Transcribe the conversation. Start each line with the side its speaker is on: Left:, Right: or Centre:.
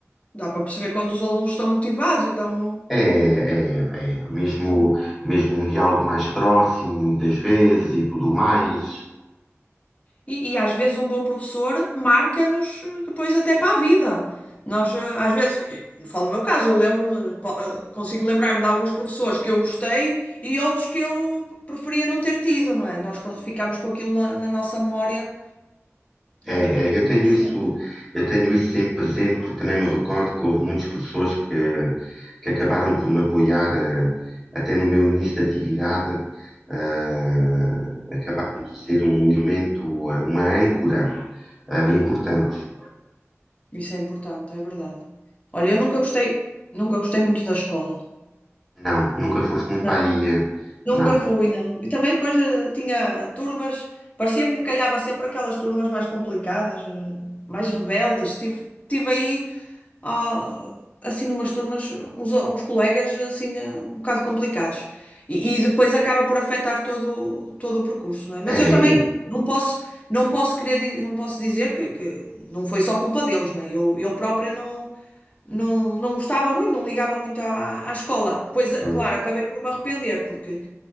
Left: Dá para perceber quando os alunos estão motivados, então.
Centre: É, é, é. Mesmo,
Left: Eu acho que sim.
Centre: mesmo um diálogo mais próximo, muitas vezes e tudo mais.
Left: Sim. E, e às vezes um bom professor marca-nos eh, depois até para a vida. Nós, eh, às vezes, eh, falo no meu caso, eu lembro-me, po- eh, consigo lembrar-me de alguns professores que eu gostei e outros que eu preferia não ter tido, não é? Nós con- ficamos com aquilo na, na nossa memória,
Centre: É,
Left: eh,
Centre: é, eu tenho
Left: sempre.
Centre: isso, eu tenho isso sempre presente, porque também me recordo que houve muitos professores que, que acabaram por me apoiar, eh, até no meu início de atividade, eh, acabaram por ser um elemento, eh, uma âncora, eh, importante.
Left: Sim, isso é importante, é verdade. Olha, eu nunca gostei, nunca gostei muito da escola.
Centre: Não, nunca
Left: E...
Centre: foste muito
Left: não
Centre: para aí, eh,
Left: Nunca
Centre: não.
Left: fui, não. E também depois eh, tinha turmas, parecia que me calhava sempre aquelas turmas mais complicadas, eh, mais rebeldes. Tive, tive aí, ah, assim, umas turmas, uns, uns colegas, assim, eh, um bocado complicados. E, e depois acaba por afetar todo, todo o percurso, não é? Mas
Centre: É,
Left: eu também não posso, não posso querer, di- não posso dizer que, que não foi só culpa deles, não é? Eu, eu própria não, não, não gostava muito, não ligava muito à, à escola. Pois, é,
Centre: pois.
Left: claro, acabei por me arrepender, porque